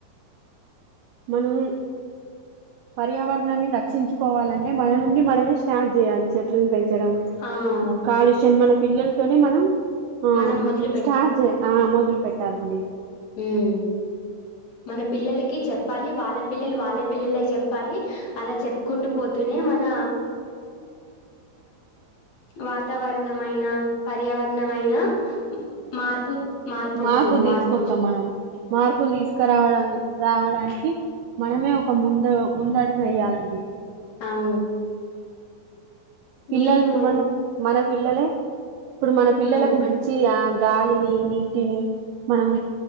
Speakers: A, on the right (about 85°); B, on the left (about 50°).
A: మనం పర్యావరణాన్ని రక్షించుకోవాలంటే మన నుండి మనమే స్టార్ట్ చేయాలి చెట్లను పెంచ డం
B: ఆ
A: కాలుష్యం మనం పిల్లలతోనే మనం ఆ
B: మనం మొదలు
A: స్టార్జే ఆ మొద పెట్టాలండి
B: హుమ్ మన పిల్లలకి చెప్పాలి వాళ్ళ పిల్లలు వాళ్ళ పిల్లలకి చెప్పాలి అలా చెప్పుకుంటూ పోతూనే మన వాతావరణమైన పర్యావరణమైన మార్పు మార్పొస్తుంది
A: మార్పు తీసుకొస్తాం
B: మార్పొస్తుంది
A: మనం మార్పులు తీస్కరావడానికి రావడానికి మనమే ఒక ముందు ముందడుగు వేయాలండి
B: అవును
A: పిల్లలు
B: నేను
A: మన మన పిల్లలే ఇప్పుడు మన పిల్లలకు
B: ఉమ్
A: మంచి ఆ గాలిని నీటిని మనం